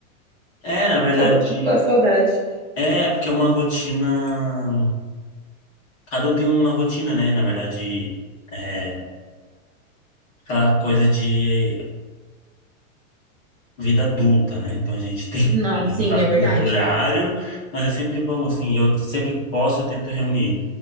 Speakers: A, on the left; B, on the right.
A: É, na verdade,
B: Acaba pela saudade.
A: é, porque é uma rotina. Cada um tem uma rotina, né? Na verdade, é aquela coisa de vida adulta, né? Então a gente <laughs> tem
B: Não,
A: que
B: sim,
A: lidar
B: é verdade.
A: com o horário, mas é sempre bom, assim, e eu sempre que posso eu tento reunir.